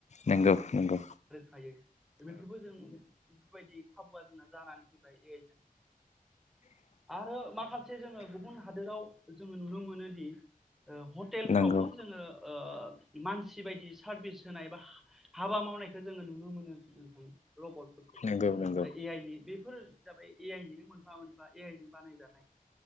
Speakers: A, on the left (about 50°); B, in the centre.
A: नोंगौ नोंगौ
B: जायो बेफोरबो जों बेफोरबायदि खाबुआ जोंना जानानै फैबाय ए आइ जों आरो माखासे जोङो गुबुन हादोराव जोङो नुनो मोनोदि ओ हटेलफ्रावबो
A: नंगौ
B: जोङो ओ‌‌ मानसि बायदि सारभिस होनाय बा हाबा मावनायखो जोङो नुनो मोनो नोंथां रबटफोरखौ
A: नंगौ नंगौ
B: दा‌ ए आइ नि बेफोर जाबाय ए आइ निनो मोनफा मोनफा ए आइजों बानायजानाय